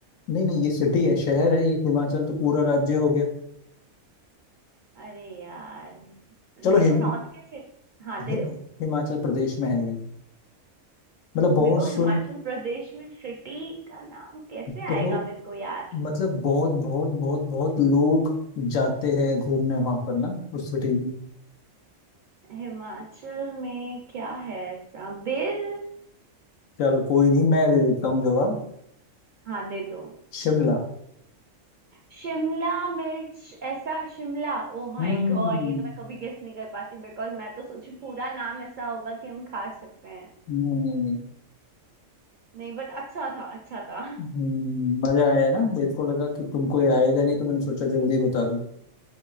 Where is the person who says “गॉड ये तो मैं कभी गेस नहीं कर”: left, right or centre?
Right